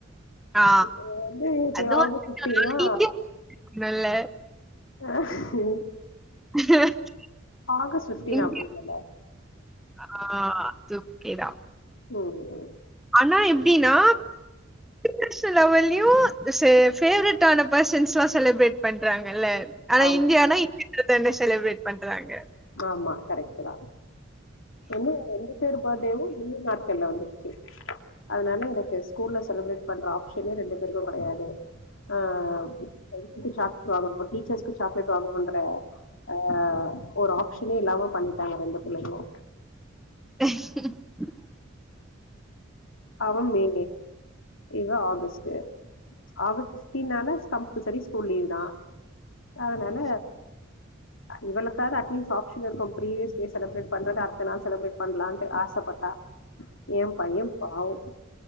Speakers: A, in the centre; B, on the left.
A: ஆ
B: இப்ப வந்து இப்ப
A: அது
B: ஆகஸ்ட்
A: ஒரு
B: ஃபிஃப்ட்டீன்னா
A: நானு இந்தியா இல்ல.
B: ஆஹ உம்
A: <unintelligible>
B: ஆகஸ்ட் ஃபிஃப்டீன்
A: இந்
B: அப்டி இல்லல்ல
A: ஆ து ஓகேதா
B: ம்
A: ஆனா எப்டின்னா இண்டர்நேஷனல் லெவல்லயு இது செ ஃபேஃவரைட்டான பெர்சன்ஸ்லா செலப்ரேட் பண்றாங் கல்ல ஆனா
B: ஆமா,
A: இந்தியானா இங்க மட்டுந்தான செலப்ரேட் பண்றாங்க
B: ஆமா கரெக்ட்டுதா என்ன ரெண்டு பேரு பர்த்டேவு லீவ் நாட்கள்ல வந்துருச்சு அதனால எனக்கு ஸ்கூல்ல செலிப்ரேட் பண்ற ஆப்ஷனே ரெண்டு பேருக்கு கெடையாது ஆ ஃபிரெண்ட்ஸுக்கு சாக் வாங்கணு டீச்சர்ஸ்க்கு சாக்லேட் வாங்கணுன்ற ஆ ஒரு ஆப்ஷனே இல்லாம பண்ணிட்டாங்க ரெண்டு பிள்ளைகளு
A: <unintelligible>
B: அவ மே இவ ஆகஸ்ட்டு ஆகஸ்ட் ஃபிஃப்டின்னால கம்பல்சரி ஸ்கூல் லீவ்தா அதனால இவளுக்காது அட்லீஸ்ட் ஆப்ஷன் இருக்கு ப்ரிவியஸ் டே செலிப்ரேட் பண்றது அடுத்த நாள் செலப்ரேட் பண்லான்ட்டு ஆசப்பட்டா ஏன் பைய பாவோ